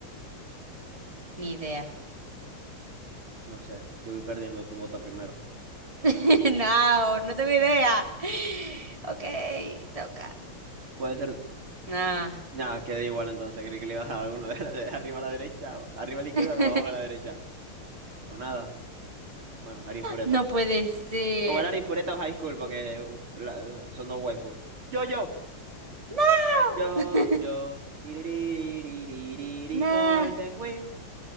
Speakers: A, on the right; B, on the right.
A: Ni idea.
B: No sé, yo voy perdiendo tu bota primero.
A: <laughs> No, no tengo idea. Ok, toca.
B: Puede ser.
A: Nah.
B: Nada, queda igual entonces. Creí que le ibas a dar alguno <laughs> de, la- de arriba a la derecha, o- arriba a la izquierda
A: <laughs>
B: o abajo a la derecha. Pues nada, bueno, Ari Fureta.
A: No puede ser.
B: O el Ari Fureta o High School, porque uh, la- son dos waifu. Yo, yo,
A: No.
B: yo,
A: <laughs>
B: yo. Tiririririririri,
A: Nah,
B: Golden Wind.